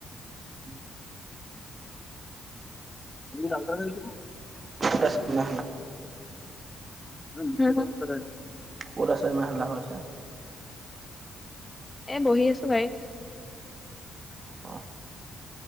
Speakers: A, on the right; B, on the left.
A: <inaudible>
B: <unintelligible>
A: <unintelligible>
B: <unintelligible>
A: ক'ত আছা ইমান হাল্লা হৈ আছে?
B: এ বহি আছো গাড়ীত।
A: অ